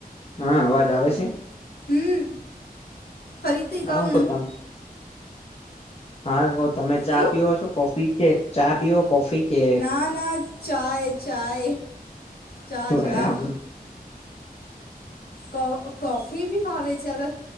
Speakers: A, on the left; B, on the left.
A: હા અવાજ આવે છે.
B: હમ ફરીથી
A: હ
B: કમ
A: હું કરતામ હા બ તમે ચા
B: શું
A: પીઓ છો, કોફી કે ચા પીવ કોફી કે
B: ના ના ચા ચા ચા
A: બરાબર
B: ચા કો કફી ભી પાવે છે, અગર